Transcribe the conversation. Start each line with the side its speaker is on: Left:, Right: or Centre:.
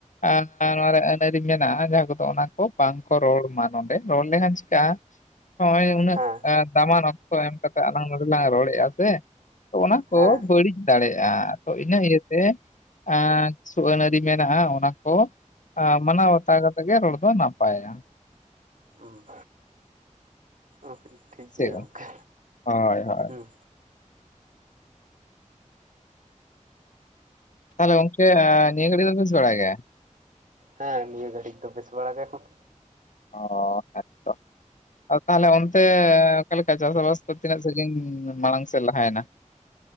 Left: ᱟ ᱟᱸ ᱱᱚᱣᱟ ᱨᱮ ᱟᱹᱱ ᱟᱹᱨᱤ ᱢᱮᱱᱟᱜᱼᱟ ᱡᱟᱦᱟᱸ ᱠᱚ ᱟᱫᱚ ᱚᱱᱟ ᱠᱚ ᱵᱟᱝᱠᱚ ᱨᱚᱲ ᱢᱟ ᱱᱚᱰᱮ ᱨᱚᱲ ᱞᱮᱠᱷᱟᱱ ᱪᱤᱠᱟᱹᱜᱼᱟ ᱱᱚᱼᱚᱭ ᱩᱱᱟᱹᱜ
Right: ᱦᱮᱸ
Left: ᱟ ᱫᱟᱢᱟᱱ ᱚᱠᱛᱚ ᱮᱢ ᱠᱟᱛᱮᱜ ᱟᱞᱟᱝ ᱱᱚᱰᱮᱞᱟᱝ ᱨᱚᱲᱮᱼᱟ ᱥᱮ ᱛᱚ ᱚᱱᱟ ᱠᱚ
Right: ᱦᱮᱸ
Left: ᱵᱟᱹᱲᱤᱡ ᱫᱟᱲᱮᱼᱟ ᱛᱚ ᱤᱱᱟᱹ ᱤᱭᱟᱹᱛᱮ ᱟᱸᱪ ᱠᱤᱪᱷᱩ ᱟᱹᱱ ᱟᱹᱨᱤ ᱢᱮᱱᱟᱜᱼᱟ ᱚᱱᱟ ᱠᱚ ᱟᱸ ᱢᱟᱱᱟᱣ ᱵᱟᱛᱟᱣ ᱠᱟ ᱛᱮᱜᱮ ᱨᱚᱲ ᱫᱚ ᱱᱟᱯᱟᱭᱟ᱾
Right: ᱩᱸᱜ ᱚᱠᱤᱱ ᱴᱷᱤᱠ᱾
Left: ᱪᱮᱜ ᱜᱚᱜ,
Right: ᱜᱚᱝᱠᱮ
Left: ᱦᱳᱭ ᱦᱳᱭ᱾
Right: ᱦᱩᱸ
Left: ᱛᱟᱦᱞᱮ ᱜᱚᱝᱠᱮ ᱟᱻ ᱱᱤᱭᱟᱹ ᱜᱷᱟᱹᱲᱤ ᱫᱚ ᱵᱮᱥ ᱵᱟᱲᱟ ᱜᱮᱭᱟ?
Right: ᱦᱮᱸ ᱱᱤᱭᱟᱹ ᱜᱟᱹᱲᱤᱡ ᱫᱚ ᱵᱮᱥ ᱵᱟᱲᱟ ᱜᱮ ᱦᱚᱸᱠ᱾
Left: ᱚᱻ ᱮᱫ ᱛᱚ ᱟᱫᱚ ᱛᱟᱦᱚᱞᱮ ᱚᱱᱛᱮ ᱚᱠᱟᱞᱮᱠᱟ ᱪᱟᱥ ᱟᱵᱟᱥ ᱠᱚ ᱛᱤᱱᱟᱹᱜ ᱥᱟᱜᱤᱧ ᱢᱟᱲᱟᱝ ᱥᱮᱫ ᱞᱟᱦᱟᱭᱮᱱᱟ?